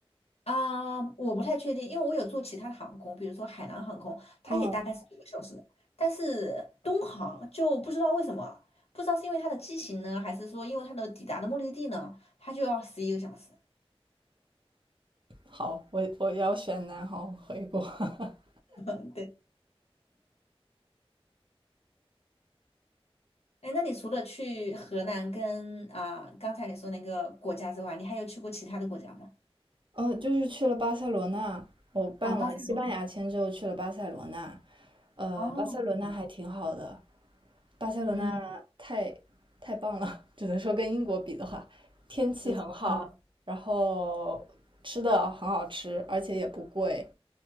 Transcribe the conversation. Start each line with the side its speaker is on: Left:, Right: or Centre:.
Left: 啊、我不太确定，因为我有做其他的航空，比如说海南航空，它也大概是九个小时，
Right: 嗯，
Left: 但是东航就不知道为什么，不知道是因为它的机型呢，还是说因为它的抵达的目的地呢，它就要十一个小时。
Right: 好，我我要选南航回国。<laughs>
Left: 对。哎，那你除了去河南跟啊、刚才你说那个国家之外，你还有去过其他的国家吗？
Right: 哦，就是去了巴塞罗那，我办完西班牙签之后去了巴塞罗那，
Left: 哦，巴塞罗
Right: 呃，
Left: 那哦，
Right: 巴塞罗那还挺好的，
Left: 好
Right: 巴塞罗那太太棒了，
Left: 嗯，
Right: 只能说跟英国比的话，天气很好，
Left: 是，啊。
Right: 然后吃的很好吃，而且也不贵，